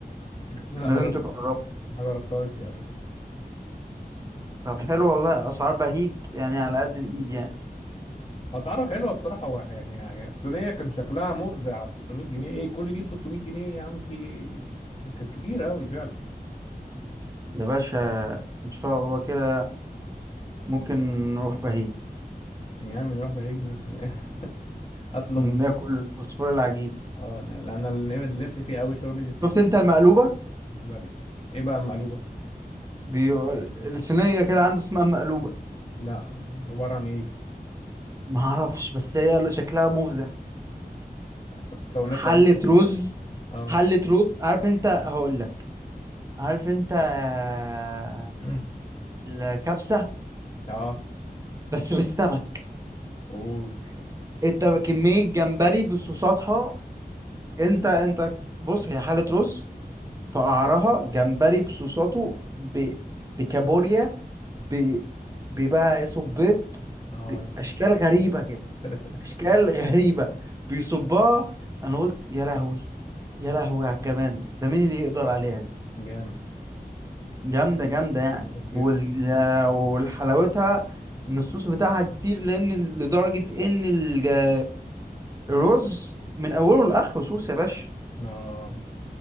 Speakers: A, on the left; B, on the right.
A: لا
B: لازم
A: ما جربتهاش
B: تجربه
A: ما جربتهاش دي قبل كده
B: طب حلو والله اسعار بهيك يعني على قد الايد يعني
A: اسعاره حلوه بصراحه هو يعني يعني الصينيه كان شكلها مفزع على 600 جنيه ايه كل دي ب 600 جنيه يا عم في ايه كانت كتير قوي فعلا
B: يا باشا ان شاء الله كده ممكن نروح بهيك
A: يا عم نروح بهيج نت- <laughs> اطلب
B: ناكل فوسفور العجيب
A: اه انا انا اللي نفسي فيه قوي شوربه السي
B: شفت
A: فود
B: انت المقلوبه
A: جمبري ايه بقى مقلوبه
B: بيقول الصينية كده عنده اسمها مقلوبة
A: لا يعني عباره عن ايه دي
B: ما اعرفش بس هي اللي شكلها مفزع
A: مكوناتها
B: حلة
A: ايه
B: رز
A: اه
B: حلة رز عارف انت هقول لك عارف انت آه،
A: <clears throat>
B: الكبسة
A: اه
B: بس بالسمك
A: اوه شيت
B: انت كمية جمبري بصوصاتها انت انت بص هي حلة رز في قعرها جمبري بصوصاته ب... بكابوريا ب... ببقى صبيط
A: اه
B: بأشكال
A: يا عم
B: غريبة كده
A: <laughs>
B: اشكال غريبه بيصبها انا قلت يا لهوي يا لهوي على الجمال ده مين اللي يقدر عليها دي
A: جامد
B: جامده جامده يعني
A: جامد
B: وال...
A: جدا
B: والحلاوتها ان الصوص بتاعها كتير لان لدرجه ان الج- الرز من اوله لاخره صوص يا باشا
A: اه